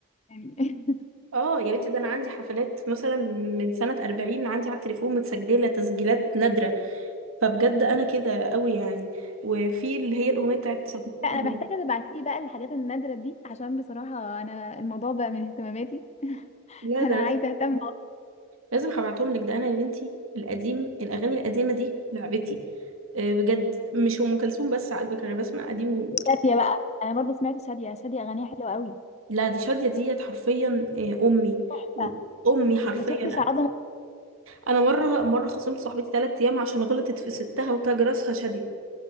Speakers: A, on the left; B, on the right.
A: يعني <laughs>
B: اه يا بنتي ده انا عندي حفلات مثلا من سنة 40 عندي على التليفون متسجلة تسجيلات نادرة فبجد انا كده قوي يعني وفي اللي هي الأغنية بتاعت صدقها
A: لا انا محتاجه تبعتي لي بقى الحاجات النادره دي عشان بصراحه انا الموضوع بقى من اهتماماتي
B: لا
A: <laughs> انا
B: ده أنا
A: عايزه اهتم
B: لازم هبعتهم لك ده انا يا بنتي القديم الأغاني القديمة دي لعبتي آه، بجد مش أم كلثوم بس على فكرة انا بسمع قديم
A: شاديه بقى انا برضو سمعت شاديه شاديه اغانيها حلوه قوي
B: لا دي شادية ديت حرفيا آه، أمي
A: تحفه
B: أمي حرفيا
A: ما شفتش عظمه
B: انا مرة مرة خصمت صاحبتي 3 ايام عشان غلطت في ستها وتاج راسها شادية